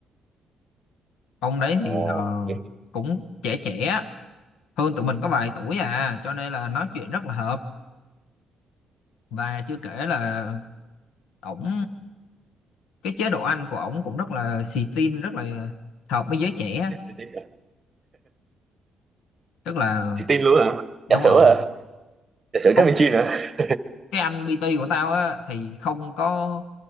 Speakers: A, on the left; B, on the right.
A: ông
B: Ồ,
A: đấy thì ờ,
B: nghiệp
A: cũng trẻ trẻ hơn tụi mình có vài tuổi à cho nên là nói chuyện rất là hợp và chưa kể là ổng cái chế độ ăn của ổng cũng rất là xì tin rất là hợp với giới trẻ á.
B: Xì tin à?
A: tức là
B: Xì tin luôn hả?
A: đúng
B: trà sữa
A: rồi
B: hả? Trà sữa
A: ổng
B: Trái Minh Chiên hả?
A: cái anh PT của tao á thì không có